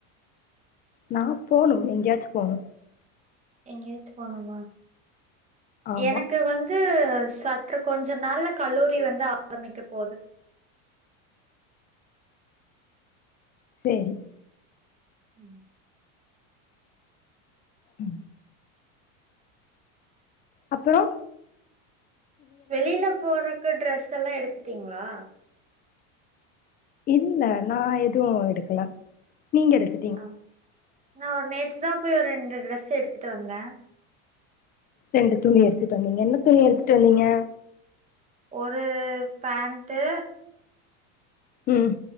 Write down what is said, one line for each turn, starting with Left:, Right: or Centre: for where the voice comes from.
Left: நா போனு எங்கேயாச்சு போணு
Right: எங்கயாச்சு போனுமா
Left: ஆமா
Right: எனக்கு வந் து சற்று கொஞ்ச நாள்ல கல்லூரி வந்து ஆரம்பிக்க போது
Left: செரி
Right: ம்
Left: ம் அப்றோ
Right: வெளில போறக்கு ட்ரெஸ் எல்லா எடுத்துட்டீங்ளா
Left: இல்ல நா எது எடுக்கல நீங்க எடுத்
Right: ஆ நா நேத்து தா போய் ஒரு ரெண்டு ட்ரெஸ்ஸு எடுத்துட்டு வந்த
Left: ரெண்டு துணி எடுத்துட்டு வந்தீங்க என்ன துணி எடுத்துட்டு வந்தீங்க
Right: ஒரு பேண்ட்டு
Left: ம்